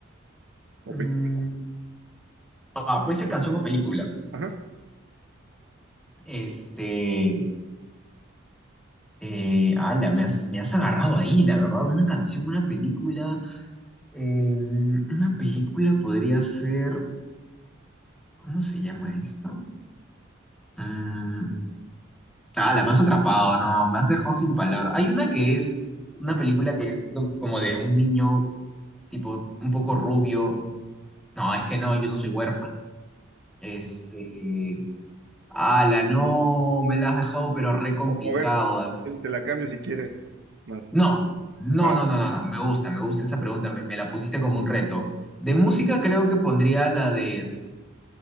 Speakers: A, on the right; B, in the centre.
A: O
B: mm,
A: película.
B: ah, puede ser canción o película.
A: Ajá,
B: Este. Eh, ala, me has, me has agarrado ahí, la verdad. Una canción, una película. eh, una película podría ser. ¿Cómo se llama esta? Mm, ala, me has atrapado, no, me has dejado sin palabras. Hay una que es. Una
A: ajá.
B: película que es do- como de un niño, tipo, un poco rubio. No, es que no, yo no soy huérfano. Este. Ala, no, me la has dejado, pero re complicado.
A: O- a ver,
B: eh.
A: te te la cambio si quieres. Más.
B: No, no,
A: Ah.
B: no, no, no, no. Me gusta, me gusta esa pregunta. Me, me la pusiste como un reto. De música creo que pondría la de.